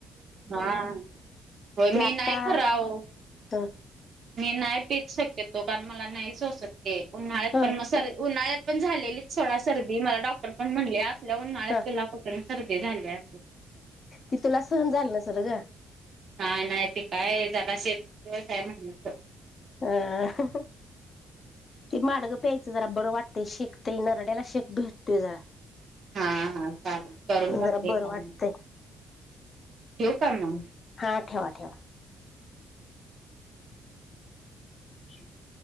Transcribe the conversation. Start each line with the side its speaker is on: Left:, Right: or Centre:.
Right: हा, हो
Left: ते
Right: मी
Left: आता
Right: नाही खर आव.
Left: ह
Right: मी नाही पीत शकेतो कारण मला नाही सोसत. ते उन्हाळ्यात
Left: होय
Right: पण म सरा उन्हाळ्यात पण झालेलीच थोडा सर्दी मला डॉक्टर पण म्हणले असल्या उन्हाळ्यात
Left: ह
Right: त्याला खोकला आणि सर्दी झाल्या.
Left: ती तुला सहन झालं नसल ग.
Right: नाही नाही ते काय <unintelligible> शेती व्यवसाय म्हण
Left: हा, ते मडगं प्या जरा बरं वाटत शेकतय नरड्याला शेक भेटतोय जरा.
Right: हा हा चालल करून
Left: जरा
Right: बघते
Left: बरं
Right: घ्या.
Left: वाटतंय
Right: ठेव का म.
Left: हा ठेवा, ठेवा. <unintelligible>